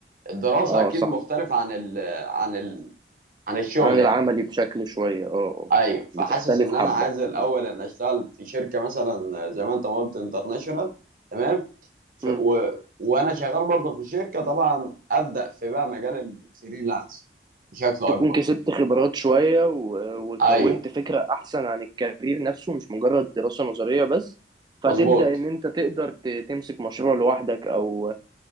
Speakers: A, on the right; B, on the right.
A: الدراسه
B: اه
A: اكيد
B: صح
A: مختلفه عن ال عن ال عن الشغل
B: عن
A: يعني
B: العملي بشكل شوية اه آه.
A: ايوه فحاسس
B: بتختلف
A: ان
B: حبة
A: انا عايز الاول
B: مم.
A: ان اشتغل في شركه مثلا زي ما انت ما قلت انترناشونال تمام ف...
B: مم.
A: و... وانا شغال برضه في الشركه طبعا ابدا في بقى مجال الفريلانس بشكل اكبر
B: تكون كسبت خبرات شوية و- وكونت
A: ايوه
B: فكرة أحسن عن الكارير نفسه مش مجرد دراسة نظرية بس فتبدأ
A: مظبوط
B: إن أنت تقدر ت- تمسك مشروع لوحدك أو